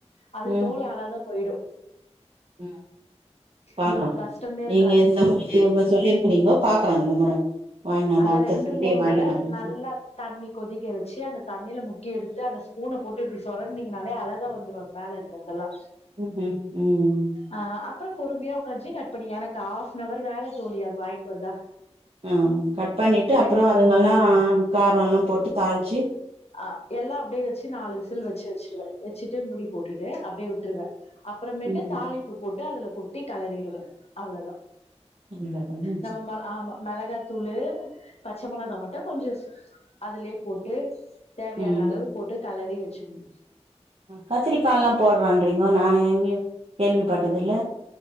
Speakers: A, on the left; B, on the right.
A: அது
B: ம்
A: தோலு அழகா போய்டு
B: ம் பாக்குறோ
A: உங்ளுக்கு கஷ்டமே இருக்
B: நீங்க இந்த முற சொல்லியிருக்குறீங்கோ பாக்குறே இந்த முற வாங்கினு வந்து
A: அத
B: அடுத்த
A: ரெண்டு
B: சண்டே
A: மூணு
B: வாங்கினு
A: வர
B: வந்து
A: நல்லா தண்ணி கொதிக்க வச்சு அந்த தண்ணியில முக்கி எடுத்து அந்த ஸ்பூன போட்டு இப்டி சொரண்ட்னீங்கனாலே அழகா வந்துரு அது மேல இருக் றதெலா
B: ம்ம் ம்
A: அ அப்றோ பொறுமையா உக்காஞ்சி கட் பண்ணி எனக்கு ஹாப் அன் அவர் வேல தோழி அது வாங்கிட்டு வந்தா
B: அ கட் பண்ணிட்டு அப்புறோ
A: ரெண்டு
B: அதுங்கெல்லா காரோல்லா போட்டு தாள்ச்சு
A: ஆ எல்லா அப்டியே வச்சு நாலு விசில் வச்சு வச்டுவே வச்சுட்டு முடி போட்டுட்டு அப்படியே விட்டுருவே அப்புறமேட்டு
B: ம்
A: தாளிப்பு போட்டு அதுல கொட்டி கெளறிடுவே அவ்ளோதா
B: <unintelligible> தம்புல்ஸ்
A: நம்ம ம ஆமா மெளகாத்தூளு‌ பச்ச மொளகா மட்டு கொஞ்சோ அதுலே போட்டு தேவையான
B: ம்
A: அளவு போட்டு கலறி வெச்சுட்னு
B: கத்திரிக்கால்லா போட்றான்றிங்கோ நா எங்கயு கேள்விப்பட்டது இல்ல